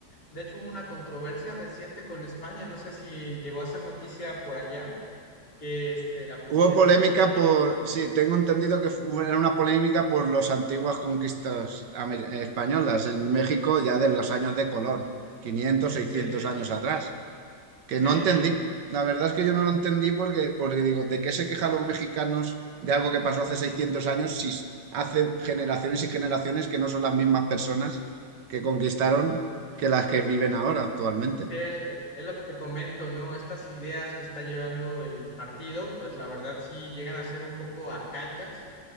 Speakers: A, on the left (about 65°); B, on the right (about 70°).
A: De hecho, hubo una controversia reciente con España, no sé si llegó a ser noticia por allá, que este, la presidenta
B: Hubo polémica
A: aquí de México
B: por, sí, tengo entendido que fu- era una polémica por las antiguas conquistas amer- españolas en México ya de los años de Colón, 500, seiscientos
A: Sí,
B: años atrás, que
A: sí,
B: no entendí. La verdad es que yo no lo entendí porque, porque digo, ¿de qué se quejan los mexicanos de algo que pasó hace 600 años si hace generaciones y generaciones que no son las mismas personas que conquistaron que las que viven ahora actualmente?
A: sí, es, es lo que te comento, ¿no? Estas ideas que está llevando el partido, pues la verdad sí llegan a ser un poco arcaicas,